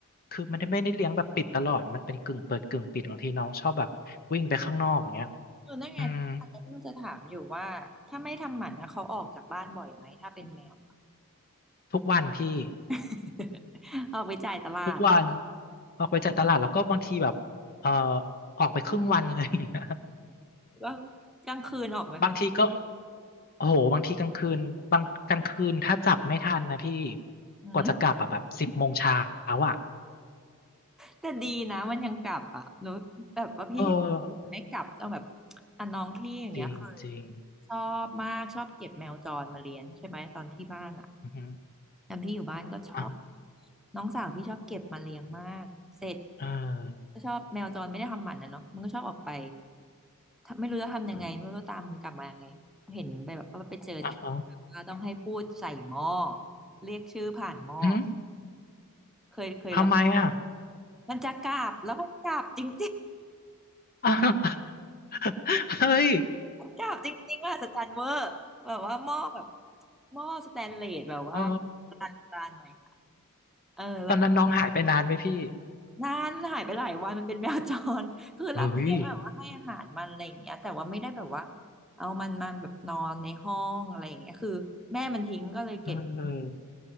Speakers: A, on the left; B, in the centre.
A: คือมันไม่ได้เลี้ยงแบบปิดตลอดมันเป็นกึ่งเปิดกึ่งปิดบางทีน้องชอบแบบวิ่งไปข้างนอกอย่างเงี้ย
B: เออนั่นไงพี่ฟังแล้วพี่นจะถามอยู่ว่าถ้าไม่ทำหมันนะเขาออกจากบ้านบ่อยไหมถ้าเป็นแมวอะ
A: อืมทุกวันพี่
B: <laughs> ออกไปจ่ายตลาด
A: ทุกวันออกไปจ่ายตลาดแล้วก็บางทีแบบเอ่อออกไปครึ่งวันอะไรอย่างเงี้ย
B: ก็กลางคืนออกไหมคะ
A: บางทีก็โอ้โหบางทีกลางคืนบางกลางคืนถ้าจับไม่ทันนะพี่
B: อืม
A: กว่าจะกลับอะแบบสิบโมงเช้าอ่ะ
B: แต่ดีนะมันยังกลับอ่ะหนูแบบว่าพี่เห็น
A: เออ
B: ไม่กลับเอาแบบอ่ะน้องพี่อย่างเงี้ยเคย
A: จริงจริง
B: ชอบมากชอบเก็บแมวจรมาเลี้ยงใช่ไหมตอนที่บ้านอ่ะ
A: อือฮึ
B: ตอนที่อยู่บ้านก็ชอบ
A: อ่ะ
B: น้องสาวพี่ชอบเก็บมาเลี้ยงมากเสร็จ
A: เออ
B: ก็ชอบแมวจรไม่ได้ทำหมันนะเนาะมันก็ชอบออกไปถ้าไม่รู้จะทำยังไงไม่รู้จะตามมันกลับมายังไงเห็นไปแบบว่าไปเจอ
A: อ่ะฮะ
B: ว่าต้องให้พูดใส่หม้อเรียกชื่อผ่านหม้อ
A: อืม
B: เคยเคยลอง
A: ทำไมอ่ะ
B: มันจะกราบแล้วมันกราบจริง
A: อ่ะ <laughs> เฮ้ย
B: ๆ <laughs> มันกราบจริงๆว่าสจันเวอร์แบบว่าหม้อแบบหม้อสแตนเลสแบบว่า
A: เออ
B: โบราณหน่อยเออแล้วก็
A: ตอนนั้นน้องหายไปนานไหมพี่
B: นานมันหายไปหลายวันมันเป็นแมวจร <laughs> คือรับเลี้ยงแบบว่าให้อาหารมันอะไรอย่างเงี้ยแต่ว่าไม่ได้แบบว่า
A: เฮ้ย
B: เอามันมาแบบนอนในห้องอะไรอย่างเงี้ยคือแม่มันทิ้งก็เลยเก็บ
A: เออ